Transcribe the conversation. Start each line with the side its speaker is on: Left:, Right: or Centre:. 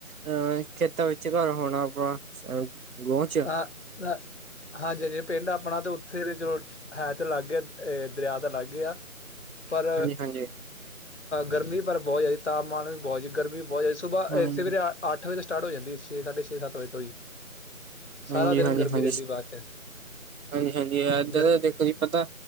Right: ਅਹ ਖੇਤਾਂ ਵਿੱਚ ਘਰ ਹੋਣਾ ਆਪਣਾ ਅ ਗੋਹ ਚ
Left: ਹ ਨਾ ਹਾਂਜੀ ਹਾਂਜੀ ਪਿੰਡ ਆਪਣਾ ਤਾਂ ਉੱਥੇ ਜੋ ਹੈ ਤੇ ਅਲੱਗ ਆ ਦਰਿਆ ਤਾਂ ਅਲੱਗ ਆ ਪਰ
Right: ਹਾਂਜੀ, ਹਾਂਜੀ।
Left: ਗਰਮੀ ਪਰ ਬਹੁਤ ਜ਼ਿਆਦੀ ਤਾਪਮਾਨ ਵੀ ਬਹੁਤ ਗਰਮੀ ਬਹੁਤ ਜਿਆਦਾ ਸੁਬਾਹ
Right: ਹਮ
Left: ਸਵੇਰੇ ਅੱਠ ਵਜੇ ਤੋਂ ਸਟਾਰਟ ਹੋ ਜਾਂਦੀ ਛੇ ਸਾਡੇ ਛੇ ਸੱਤ ਵਜੇ ਤੋਂ ਹੀ ਸਾਰਾ
Right: ਹਾਂਜੀ,
Left: ਦਿਨ
Right: ਹਾਂਜੀ,
Left: ਗਰਮੀ
Right: ਹਾਂਜੀ,
Left: ਰਹਿੰਦੀ ਬਾਅਦ ਚ
Right: ਹਾਂਜੀ, ਹਾਂਜੀ ਇਏਦਾਂ
Left: ਗਰਮ
Right: ਦਾ ਤੁ ਪਤਾ